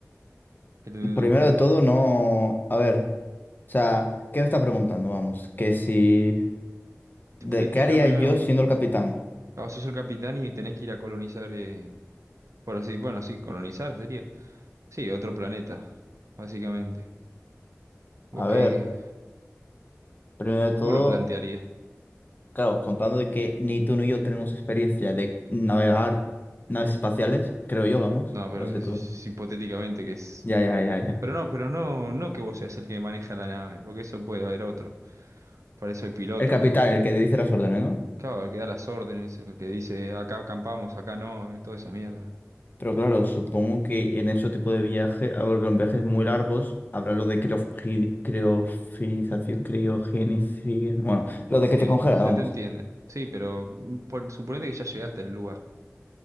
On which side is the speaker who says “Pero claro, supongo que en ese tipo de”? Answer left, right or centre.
Left